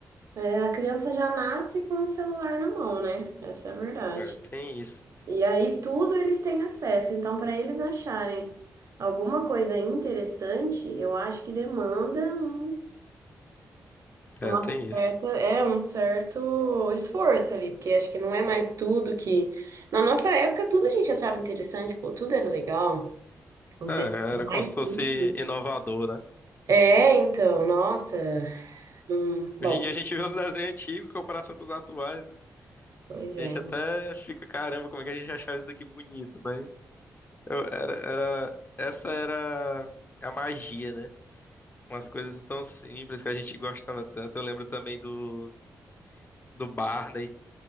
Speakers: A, on the right (about 60°); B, on the left (about 30°).
A: é, a criança já nasce com o celular na mão, né? Essa é a verdade.
B: É, tem isso.
A: E aí tudo eles têm acesso. Então, para eles acharem alguma coisa interessante, eu acho que demanda um-
B: É,
A: uma
B: tem isso.
A: certa, é um certo esforço ali, porque acho que não é mais tudo que na nossa época tudo a gente achava interessante, pô, tudo era legal. Os
B: É,
A: detalhes
B: era
A: mais
B: como se fosse
A: simples.
B: inovador, né?
A: É, então, nossa. Hum, bom,
B: Hoje em dia a gente vê os desenhos antigos em comparação com os atuais, né?
A: pois é.
B: A gente até fica, caramba, como é que a gente achava isso daqui bonito, mas eu- era, era, essa era a magia, né? Umas coisas tão simples que a gente gostava tanto. Eu lembro também do, do Barney,